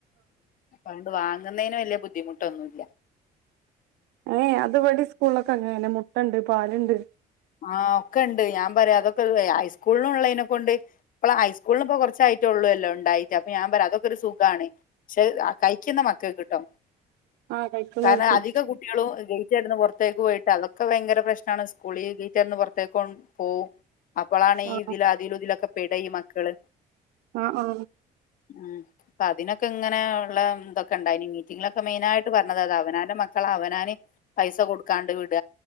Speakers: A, on the left; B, on the right.
A: അണ്ട് വാങ്ങുന്നേന് വല്യ ബുദ്ധിമുട്ടൊന്നും.
B: ഏയ് അതുപടി സ്കൂൾലൊക്കെ അങ്ങനെന്നെ മുട്ടണ്ട് പാല്ണ്ട്.
A: ആഹ് ഒക്കെണ്ട് ഞാൻ പറയ് അതൊക്കെ ഹൈസ്കൂളിനൊള്ളേനെക്കൊണ്ട്. അപ്പള് ഹൈസ്കൂളിന് ഇപ്പൊ കുറച്ചായിട്ടേള്ളൂല്ലേണ്ടായിട്ട് അപ്പൊ ഞാൻ പറയ് അതൊക്കെ ഒരു സുഖാണ് പക്ഷെ. കയ്ക്കുന്ന മക്കക്ട്ടോ
B: ആ കഴിക്കുന്നോൽക്ക്
A: കാരണം അധിക. കുട്ട്യളു ഗേറ്റ്ടന്ന് പൊറത്തേക്ക് പോയിട്ട് അതൊക്കെ ഭയങ്കര പ്രശ്നാണ് സ്കൂളിൽ. ഗേറ്റടന്ന് പൊറത്തേക് പോവും. അപ്പളാണ് ഈ
B: ആ
A: ഇതിലു അതിലു തിലൊക്കെ പെട ഈ മക്കള്.
B: ആ ആ
A: ആഹ് പ്പൊ അതിനൊക്കെ ങ്ങനെ ഉള്ള തൊക്കെണ്ടായിനി മീറ്റിങ്ങിലൊക്കെ മെയിനായിട്ട് പറഞ്ഞത് അത അവനാന്റെ മക്കള അവനാന്. പൈസ കൊടുക്കാണ്ട് വിട